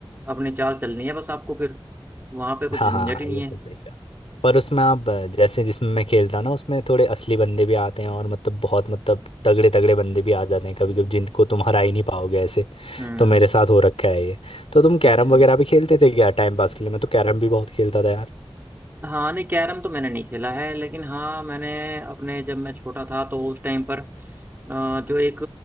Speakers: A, on the right; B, on the left.
A: अपनी चाल चलनी है बस आपको फिर वहां पे कुछ
B: हाँ
A: झंझट
B: हाँ
A: ही नहीं
B: ये
A: है
B: तो सही पर उसमें आप अ, जैसे जिसमें मैं खेलता हूँ ना उसमें थोड़े असली बंदे भी आते हैं और मतलब बहुत मतलब तगड़े तगड़े बंदे भी आ जाते हैं कभी कभी जिनको तुम हरा ही नहीं पाओगे ऐसे
A: हम्म
B: तो मेरे साथ हो रखा है ये तो तुम
A: अच्छा
B: कैरम वगैरह भी खेलते थे क्या टाइम पास के लिए मैं तो कैरम भी बहुत खेलता था यार
A: हाँ नहीं कैरम तो मैंने नहीं खेला है लेकिन हाँ मैंने अपने जब मैं छोटा था तो उस टाइम पर अ, जो एक